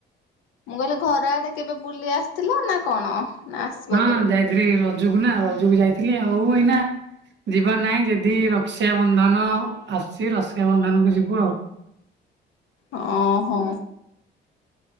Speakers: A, on the left; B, on the right.
A: ମୁଁ କହିଲି ଘର ଆଡେ କେବେ ବୁଲି ଆସିଥିଲ ନା କଣ? ନା ଆସିବ
B: ହଁ
A: କେବେ?
B: ଯାଇଥିଲି, ରଜକୁ ନା ରଜକୁ ଯାଇଥିଲି। ଆଉ ଏଇନା ଯିବା ନାହିଁ, ଯଦି ରକ୍ଷାବନ୍ଧନ ଆସିଛି, ରକ୍ଷାବନ୍ଧନକୁ ଯିବୁ ଆଉ।
A: ଅ ହଁ।